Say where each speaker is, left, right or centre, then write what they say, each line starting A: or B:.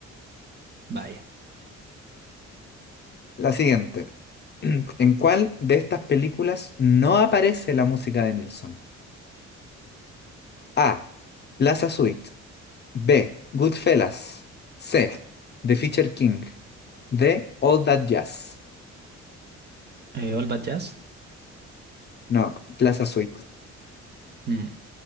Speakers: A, on the right; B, on the left.
A: vaya.
B: La siguiente. <clears throat> ¿En cuál de estas películas no aparece la música de Nilsson? A. Plaza Suite. B. Goodfellas. C. The Fisher King. D. All That Jazz.
A: Eh, All That Jazz.
B: No, Plaza Suite.
A: Mm,